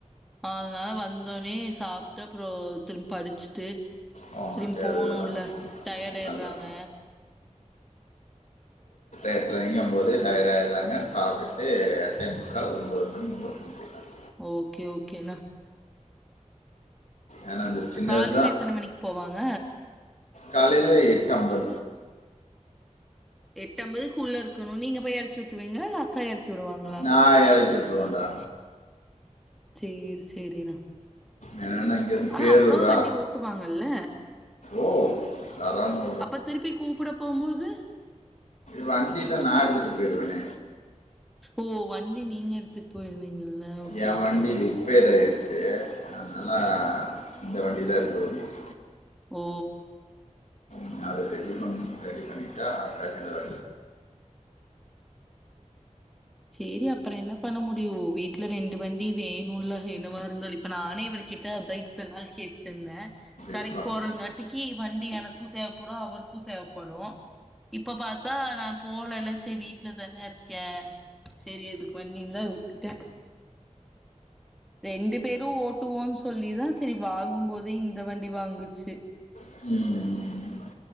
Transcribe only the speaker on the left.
அவங்களுக்கு
அதுதான்
அதான் எட்ரைக்கே ம் போது டயர்டு ஆயிடுராங்க சாப்ட்டு எட்டே முக்கால் ஒம்போது மணி முடிச்சுருக்காங்க
ஏன்னா அந்த சின்னது
காலையில எட்டுஅம்பது
நான் எறக்கி விட்ரு வேண்டா
என்னென்னா இங்கேருந்து
பேரூரா
ஓ தாராளமா
வண்டி தான் நான் எடுத்திட்டு போயிடுவேன்
என்
வண்டி ரிப்பேர் ஆகிடுச்சு அதனால இந்த வண்டி தான் எடுத்து ஓட்டிட்டு
நான் அத ரெடி பண்ண ரெடி பண்ணிடா கண்ணு நல்லா
இருக்கும்
ம் ம்